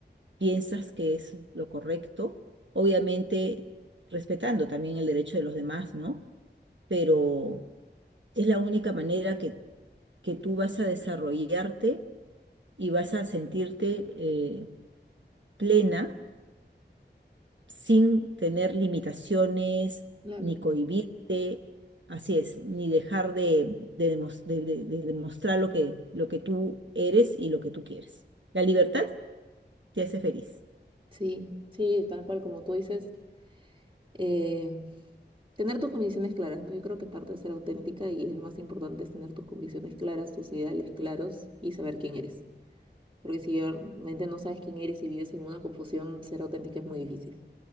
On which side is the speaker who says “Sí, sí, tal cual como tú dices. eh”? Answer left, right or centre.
Right